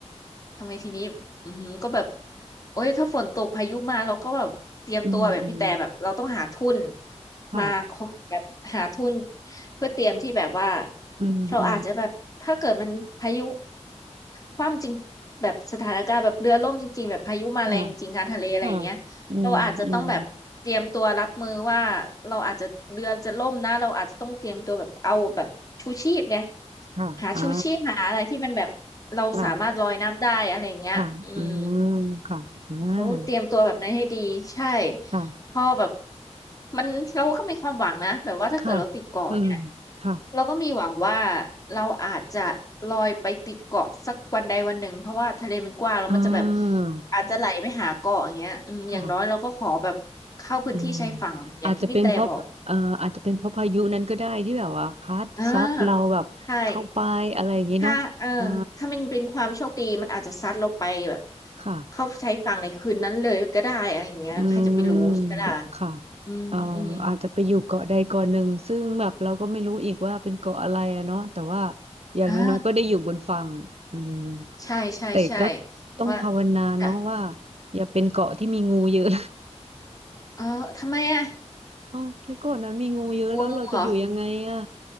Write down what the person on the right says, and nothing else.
อืมอืมค่ะ
อืมอืม
ค่ะค่ะอืมอืม
ค่ะอ่า
ค่ะค่ะอืมค่ะอ่า
ค่ะ
ค่ะอืมค่ะ
อ่า
ค่ะอืมอาจจะเป็นเพราะเอ่ออาจจะเป็นเพราะพายุนั้นก็ได้ที่แบบว่าพัดซัดเราแบบเข้าไปอะไรอย่างนี้เนาะเออ
ค่ะ
อืมค่ะ
เอ่ออาจจะไปอยู่เกาะใดเกาะหนึ่งซึ่งแบบเราก็ไม่รู้อีกว่าเป็นเกาะอะไรอะเนาะแต่ว่าอย่างน้อยๆก็ได้อยู่บนฝั่งอืม
แต่ก็ต้องภาวนาเนาะว่า
อย่าเป็นเกาะที่มีงูเยอะ
<laughs> อ๋อถ้าเกาะนั้นมีงูเยอะแล้วเราจะอยู่ยังไงอะ